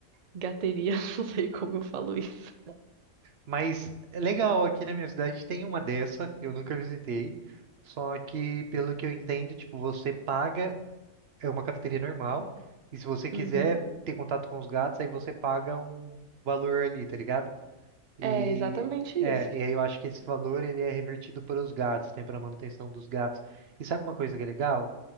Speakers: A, on the right (about 75°); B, on the right (about 55°).
A: gateria, <laughs> não sei como eu falo isso.
B: Mas é legal, aqui na minha cidade tem uma dessa, eu nunca visitei. Só que, pelo que eu entendo, tipo, você paga, é uma cafeteria normal, e se você quiser
A: Uhum.
B: ter contato com os gatos, aí você paga um valor ali, tá ligado? E
A: É exatamente
B: é,
A: isso.
B: e aí eu acho que esse valor ele é revertido para os gatos, tem para manutenção dos gatos. E sabe uma coisa que é legal?